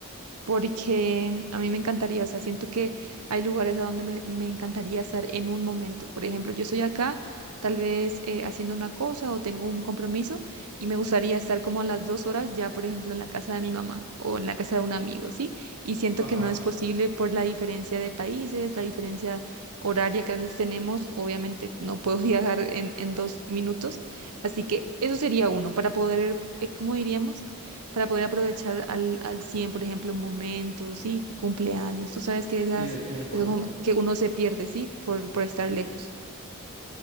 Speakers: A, on the right; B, on the right.
A: porque a mí me encantaría, o sea, siento que hay lugares a donde me, me encantaría estar en un momento. Por ejemplo, yo estoy acá, tal vez eh, haciendo una cosa o tengo un compromiso y me gustaría estar como a las dos horas ya, por ejemplo, en la casa de mi mamá o en la casa de un amigo, ¿sí? Y siento
B: Ajá,
A: que no es
B: s-
A: posible por la diferencia de países, la diferencia horaria que a veces tenemos. Obviamente, no puedo <laughs> viajar en, en dos minutos. Así que eso sería uno, para poder, eh, ¿cómo diríamos? para poder aprovechar al, al 100, por ejemplo, momentos, sí, cumpleaños. Tú sabes que esas,
B: sí, el tiempo,
A: esos
B: ¿no?
A: momentos que uno se pierde, sí, por, por estar lejos.